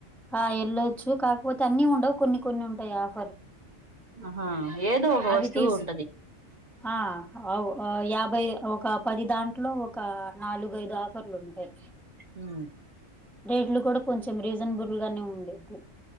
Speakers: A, in the centre; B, on the right (about 35°).
A: ఆ వెళ్ళొచ్చు కాకపోతే అన్ని ఉండవు కొన్ని కొన్ని ఉంటాయి ఆఫ్
B: ఆహా ఏదో ఒక
A: అవి
B: వస్తువు
A: తీసు
B: ఉంటది
A: ఆ హౌ యాభై ఒక పది దాంట్లో ఒక నాలుగుఐదు ఆఫర్లు ఉంటాయి
B: ఉ
A: డేట్లు కూడా కొంచెం రీసన్బుల్గా గానే ఉండేగు